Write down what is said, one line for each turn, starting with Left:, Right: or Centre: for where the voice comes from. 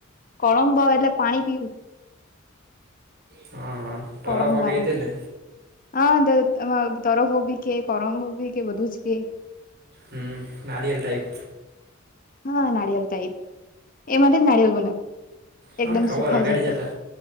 Left: કળમ બ એટલે પાણી પીવું
Right: હા હા ટરાફો
Left: કોરમબાનું
Right: કેય તેજને.
Left: હા તરફો બી કે કોરમો બી કે બધું જ કે.
Right: હ નાારીયલ ટાઈપ
Left: હા નારિયેલ ટાઈપ એમાંથી જ નારિયેલ બને.
Right: હા
Left: એકદમ
Right: ખબર
Left: સુખાઈ
Right: અગાડી
Left: જાય
Right: જતા
Left: તો